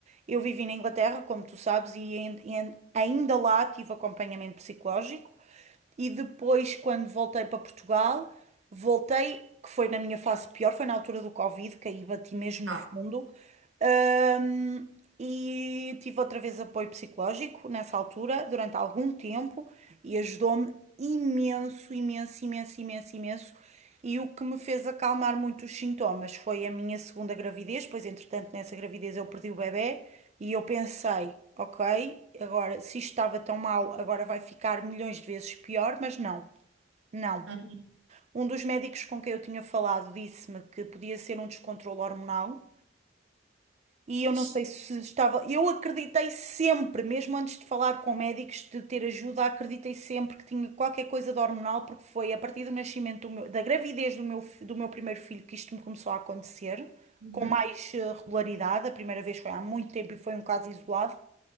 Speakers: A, on the right (about 35°); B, on the right (about 80°).
A: Eu vivi na Inglaterra, como tu sabes, e ain- e ain- ainda lá tive acompanhamento psicológico. E depois, quando voltei para Portugal, voltei, que foi na minha fase pior, foi na altura do Covid, que aí bati mesmo
B: Tá.
A: no fundo. Ahm, e tive outra vez apoio psicológico nessa altura, durante algum tempo, e ajudou-me imenso, imenso, imenso, imenso, imenso. E o que me fez acalmar muito os sintomas foi a minha segunda gravidez, pois entretanto nessa gravidez eu perdi o bebê e eu pensei, ok, agora se isto estava tão mal, agora vai ficar milhões de vezes pior, mas não, não.
B: Uhum.
A: Um dos médicos com quem eu tinha falado disse-me que podia ser um descontrolo hormonal, e
B: Pois,
A: eu não sei se estava. Eu acreditei sempre, mesmo antes de falar com médicos, de ter ajuda, acreditei sempre que tinha qualquer coisa de hormonal, porque foi a partir do nascimento do meu- da gravidez do meu, fi- do meu primeiro filho que isto me começou a acontecer,
B: uhum.
A: com mais eh, regularidade. A primeira vez foi há muito tempo e foi um caso isolado.